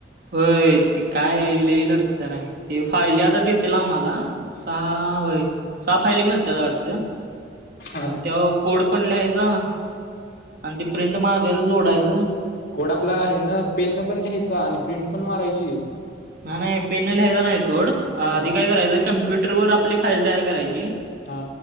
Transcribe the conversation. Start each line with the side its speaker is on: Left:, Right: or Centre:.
Right: होय ते काय लय लढतत हाय. ते फायली आता देतील आम्हाला, सहा व्हय सहा फायली मिळत्यात वाडत.
Left: हा
Right: म त्यावव कोड पण लिहायचा. आणि ते प्रिंट मागारी जोडायच.
Left: कोड आपला हेन पेन न पण लिहायचा. आणि प्रिंट पण मारायची.
Right: नाय नाय पेन न लिहायचा नाय सोड, आधी
Left: हा
Right: काय करायचं कम्प्युटर वर आपली फाईल तयार करायची.
Left: हा